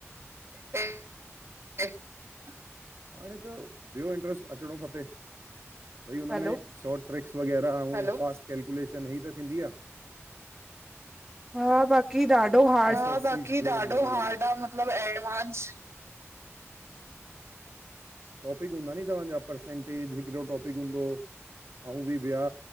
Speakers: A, on the right (about 60°); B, in the centre.
A: <unintelligible> हाणे त ॿियो इंट्रस्ट अचिणो खपे। भई हुन
B: हलो
A: में शॉट ट्रिक्स वग़ैर अनु फास्ट केलक्यूलेट वग़ैरह इय इ त थींदी आ।
B: हा बाकी ॾाढो हा
A: हा बाकी ॾाढो हार्ड आ, मतलब एडवांस
B: <inaudible>
A: टॉपिक हूंदा नी तव्हांजा, पर्सेंटेज हिकिड़ो टॉपिक हूंदो हो। अउं बि ॿया